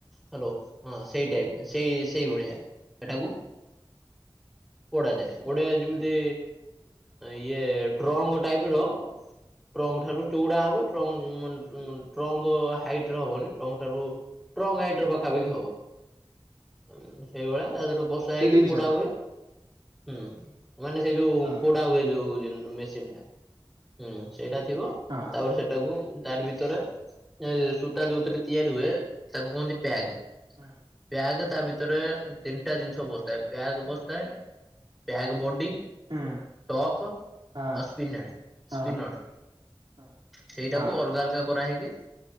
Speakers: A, in the centre; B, on the right.
A: ହାଲୋ ହଁ ସେଇ ଟାଇପ୍ ସେଇ ସେଇଭଳିଆ ସେଟାକୁ ପୋଡାଯାଏ। ଗୋଟେ ଯିମିତି ଇଏ ଟ୍ରଙ୍କ ଟାଇପର ଟ୍ରଙ୍କ ଠାରୁ ଚୋଉଡ଼ା ହବ ଟ୍ରଙ୍କ। <unintelligible> ଙ୍ଗ ହାଇଟ୍ ର ହବନି ଟ୍ରଙ୍କ ଠାରୁ ଟ୍ରଙ୍କ ହାଇଟ୍ ର ପାଖାପାଖି ହବ ଆମ୍ ସେଇଭଳିଆ ତା ଦେହରେ ବଷା
B: ସେ
A: ହେଇକି
B: ଜିନିଷଟା
A: ପୋଡା ହୁଏ। ହୁଁ ମାନେ ସେଇ ଯୋଉ
B: ହଁ
A: ପୋଡା ହୁଏ ଯୋଉ ଜିନ୍ ମେସିନ ଟା ହୁଁ ସେଇଟା ଥିବ।
B: ହଁ।
A: ତାପରେ ସେଟାକୁ ତାର ଭିତରେ ଏଁ ସୂତା ଯୋଉଥିରେ ତିଆରି ହୁଏ। ତାକୁ କୁହନ୍ତି ପ୍ୟାଗ।
B: ହୁଁ।
A: ପ୍ୟାଗ ତା ଭିତରେ ତିନିଟା ଜିନିଷ ପସିଥାଏ। ପ୍ୟାଗ ପସିଥାଏ। ପ୍ୟାଗ୍ ବଡ଼ି।
B: ହୁଁ
A: ଟପ୍
B: ହଁ
A: ଆଉ ସ୍ପିନେଡ଼
B: ହଁ
A: ସ୍ପିନଡ଼।
B: ହଁ
A: ସେଇଡ଼ାକୁ
B: ହଁ।
A: ଅଲଗା ଅଲଗା କରାହେଇକି।